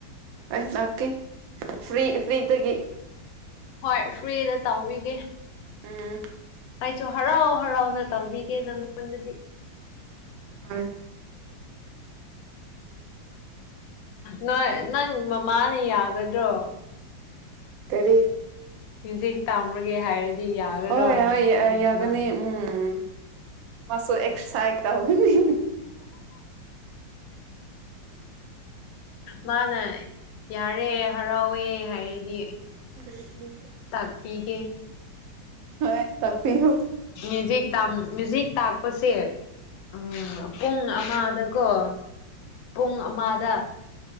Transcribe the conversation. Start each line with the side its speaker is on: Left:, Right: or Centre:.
Right: ꯑ ꯂꯅꯥꯀꯦ ꯐ꯭ꯔꯔꯤ ꯐ꯭ꯔꯔꯤ ꯇꯗꯒꯤ
Left: ꯍꯣꯏ ꯐꯔꯤ ꯇꯎꯒ
Right: ꯎꯝ
Left: ꯑꯩꯁꯨ ꯍꯔꯥꯎ ꯍꯔꯥꯎꯅ ꯇꯧꯕꯤꯒꯦ ꯅꯪꯉꯣꯟꯗꯗꯤ
Right: ꯍ
Left: ꯅꯣꯏ ꯅꯪ ꯃꯃꯥꯅ ꯌꯥꯒꯗ꯭ꯔꯣ
Right: ꯀꯔꯤ
Left: ꯖꯤ ꯇꯥꯝꯔꯒꯦ ꯍꯥꯏꯔꯗꯤ ꯌꯥꯒꯗ꯭ꯔꯣ
Right: ꯍꯣꯏ
Left: ꯎꯝ
Right: ꯍꯣꯏ ꯑ
Left: ꯃꯥꯅ
Right: ꯌꯥꯒꯅꯤ ꯎꯝ ꯎꯝ ꯃꯥꯁꯨ ꯑꯦꯛꯁꯥꯏꯠ ꯇꯧꯒꯅꯤ ꯎꯝ
Left: ꯃꯥꯅ ꯌꯥꯔꯦ ꯍꯔꯥꯎꯋꯦ ꯍꯥꯏꯔꯗꯤ
Right: <unintelligible>
Left: ꯇꯥꯛꯄꯤꯒꯦ
Right: ꯍꯦꯛꯇ ꯄꯤꯌꯨ
Left: ꯃ꯭ꯌꯨꯖꯤꯛ ꯃ꯭ꯌꯨꯖꯤꯛ ꯇꯥꯛꯄꯁꯦ ꯎ ꯄꯨꯡ ꯑꯃꯗꯀꯣ ꯄꯨꯡ ꯑꯃꯗ